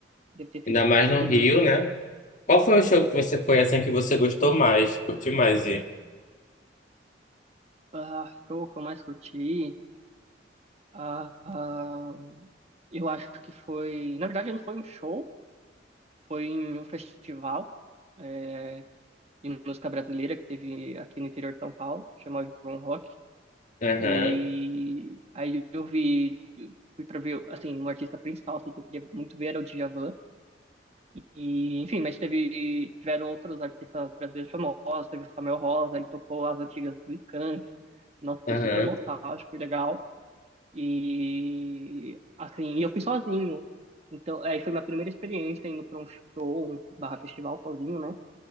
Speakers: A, on the right; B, on the left.
A: Deve ter sido
B: Ainda mais
A: incrível.
B: no Rio, né? Qual foi o show que você foi, assim, que você gostou mais? Curtiu mais,
A: Ah, show que eu mais curti. Ah, ah, eu acho que foi. Na verdade, não foi um show, foi em um festival é, de música brasileira que teve aqui no interior de São Paulo, que chamava João Rock.
B: Aham,
A: E aí eu vi, eu fui pra ver, assim, um artista principal assim, que eu queria muito ver era o Djavan. E, enfim, mas teve, tiveram outros artistas brasileiros famosos, teve o Samuel Rosa, ele tocou as antigas do Skank. Nossa, foi
B: aham,
A: super nostálgico e legal. E assim, e eu fui sozinho. Então, aí foi minha primeira experiência indo pra um show, um barra festival sozinho, né?